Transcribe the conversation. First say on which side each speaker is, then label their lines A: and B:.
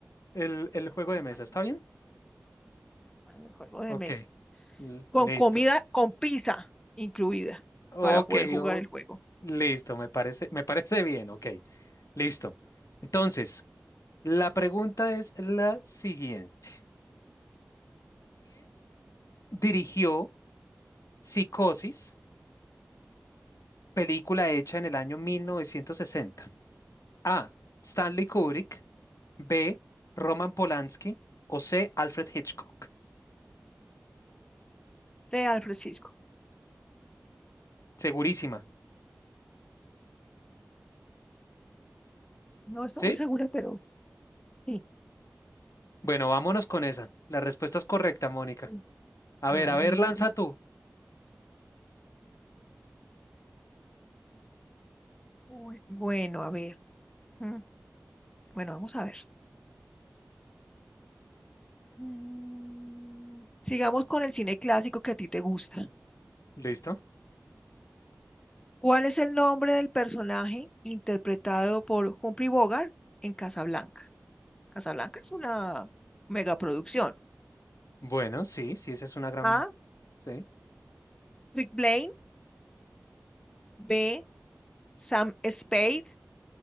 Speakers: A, on the left; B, on the left.
A: el, el juego
B: Bueno,
A: de mesa. ¿Está bien?
B: bueno, el juego de
A: Ok.
B: mesa.
A: l-
B: Con
A: Listo.
B: comida, con pizza incluida
A: Ok,
B: para poder jugar
A: yo,
B: el juego.
A: listo. Me parece, me parece bien. Ok. Listo. Entonces, la pregunta es la siguiente. Dirigió Psicosis, película hecha en el año mil novecientos sesenta A. Stanley Kubrick. B. Roman Polanski. O C. Alfred Hitchcock.
B: Sea al Francisco.
A: Segurísima.
B: No estoy
A: ¿Sí?
B: muy segura, pero sí.
A: Bueno, vámonos con esa. La respuesta es correcta, Mónica.
B: Mm,
A: A ver,
B: Ay,
A: a ver,
B: bueno,
A: lanza
B: qué bueno.
A: tú.
B: Uy, Bueno, a ver. mm, Bueno, vamos a ver. Mm, Sigamos con el cine clásico que a ti te gusta.
A: ¿Listo?
B: ¿Cuál es el nombre del personaje interpretado por Humphrey Bogart en Casablanca? Casablanca es una megaproducción.
A: Bueno, sí, sí, esa es una gran...
B: A.
A: Sí.
B: Rick Blaine. B. Sam Spade.